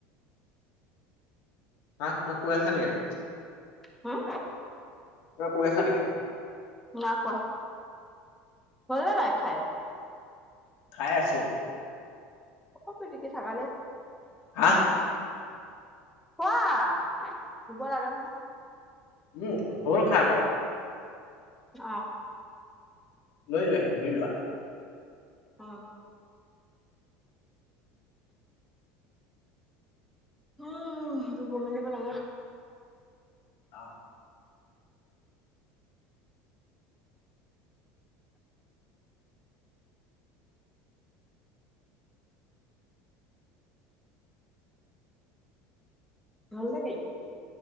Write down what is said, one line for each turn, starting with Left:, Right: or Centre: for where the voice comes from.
Left: তাক তাক কৈ আছা নি ইয়াত?
Centre: হম।
Left: কিবা কৈ আছা নেকি?
Centre: নাই কোৱা। হ'ল নে নাই খাই?
Left: খাই আছো।
Centre: একো পিতিকি থকা নাই।
Left: আ।
Centre: খোৱা, শুব লাগে নহয়।
Left: উম, হ'ল খাই পৰা।
Centre: অ,।
Left: লৈ যোৱাহি, ধুই লোৱা।
Centre: অ। উম' ধুব মেলিব লাগে।
Left: অ।
Centre: হল নে কি?